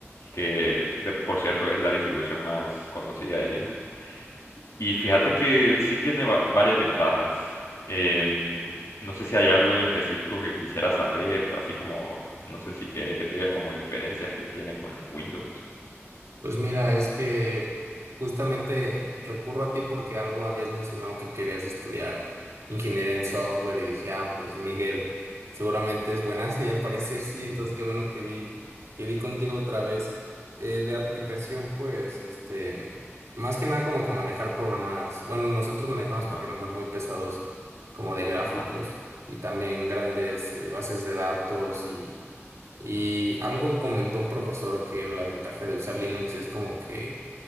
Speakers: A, on the left (about 80°); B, on the right (about 75°).
A: que de- por cierto es la distribución más conocida de Linux. Y fíjate que sí tiene va- varias ventajas. Em, no sé si hay algo en específico que quisiera saber, así como no sé si querés que te diga como diferencias que tiene con Windows.
B: Pues mira, es que justamente recurro a ti porque algo habías mencionado que querías estudiar ingeniería en software y dije, ah, pues Miguel, seguramente es buenazo <laughs> y al parecer sí, entonces qué bueno que vi, que vi contigo otra vez. Eh, de aplicación, pues, este, más que nada como que manejar programas, bueno, nosotros manejamos
A: Ajá,
B: programas muy pesados como de gráficos
A: ajá.
B: y también grandes eh, bases de datos y y algo comentó un profesor que la ventaja de usar Linux es como que